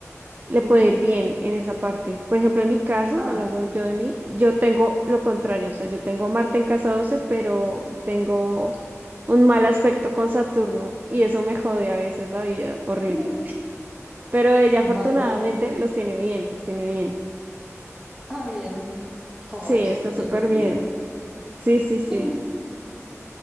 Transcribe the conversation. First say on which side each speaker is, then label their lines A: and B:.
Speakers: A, on the right; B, on the right.
A: le puede
B: ujú.
A: ir bien en esa parte. Por ejemplo, en mi caso,
B: Ah,
A: hablando yo de mí, yo tengo lo contrario, o sea, yo tengo Marte en casa 12, pero tengo un mal aspecto con Saturno y eso me jode a veces la vida, horrible.
B: <laughs>
A: Pero ella afortunadamente
B: vaya.
A: los tiene bien, los tiene bien.
B: Ah, bien. Jo,
A: Sí,
B: pues,
A: está
B: bien
A: súper
B: tupita.
A: bien. Sí, sí,
B: <laughs>
A: sí.